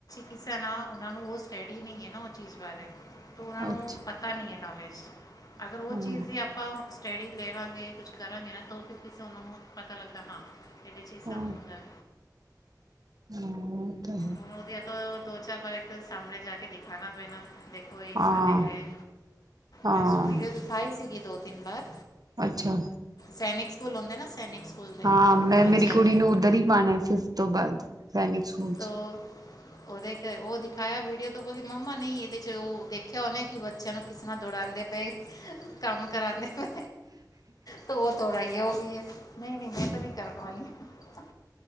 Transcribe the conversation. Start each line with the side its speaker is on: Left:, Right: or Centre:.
Left: ਕਿਸ ਨਾ ਉਹ ਨੂੰ ਉਹ ਸਟਡੀ ਨਹੀ ਹੈ। ਨਾ ਉਹ ਚੀਜ਼ ਬਾਰੇ ਤ ਉਹਨਾਂ ਨੂੰ
Right: ਅੱਛਾ
Left: ਪਤਾ ਨੀ ਨੌਲੇਜ ਅਗਰ ਉਹ
Right: ਹਾਂ
Left: ਚੀਜ਼ ਵੀ ਆਪਾ ਸਟੈਡੀ ਲਵਾਗੇ ਕੁਛ ਕਰਾਗੇ ਨਾ ਤਾਂ ਫਿਰ ਕਿਸੇ ਉਹਨਾ ਨੂੰ ਪਤਾ ਲੱਗਦਾ ਤਾਂ ਹਾਂ ਇਹਦੇ ਵਿਚ
Right: ਹਾਂ
Left: ਸਬ ਹੂੰਦਾ ਹੈ।
Right: ਹਾਂ- ਤਾਂ ਹੈ
Left: ਹੁਣ ਉਹਦੀਆਂ ਤੋਂ ਦੋ ਚਾਰ ਵਾਰ ਇਕ ਸਾਹਮਣੇ ਜਾ ਕੇ ਦਿਖਾਣਾ ਪੈਣਾ ਦੇਖੋ ਇਸਸਾ
Right: ਹਾਂ
Left: ਤਾਂ ਹੈ
Right: ਹਾਂ
Left: ਮੈਂ ਉਸਨੂੰ ਵੀਡੀਓ ਦਿਖਾਈ ਸੀਗੀ ਦੋ ਤਿੰਨ ਵਾਰ
Right: ਅੱਛਾ
Left: ਸੈਨਿਕ ਸਕੂਲ ਹੁੰਦੇ ਨਾ- ਸੈਨਿਕ ਸਕੂਲ ਦੇ
Right: ਹਾਂ ਮੈਂ
Left: ਬੱਚਿਆਂ
Right: ਮੇਰੀ ਕੁੜੀ
Left: ਦੀ
Right: ਨੂੰ ਉੱਧਰ ਹੀ ਪਾਣਾ ਫਿਫਥ ਤੋਂ ਬਾਅਦ ਸੈਨਿਕ ਸਕੂਲ ਚ
Left: ਤੋ
Right: <inaudible>
Left: ਉਹਦੇ ਇਕ ਉਹ ਦਿਖਾਇਆ ਵੀਡੀਓ ਤੋਂ ਬੋਲੀ ਮੰਮਾ ਨਹੀਂ ਇਹਦੇ 'ਚ ਉਹ ਦੇਖਿਆ ਉਹਨੇ ਕਿ ਬੱਚਿਆਂ ਨੂੰ ਕਿਸ ਤਰ੍ਹਾਂ ਦੌੜਾਉਂਦੇ ਰੂ ਕੰਮ ਕਰਾਦੇ ਪਏ ਤੋ ਉਹ ਥੋੜਾ ਹੋ ਗਈ ਹੈ। ਨਹੀਂ ਨਹੀਂ ਮੈਂ ਤਾਂ ਨੀ ਕਰਨ ਵਾਲੀ ਹ-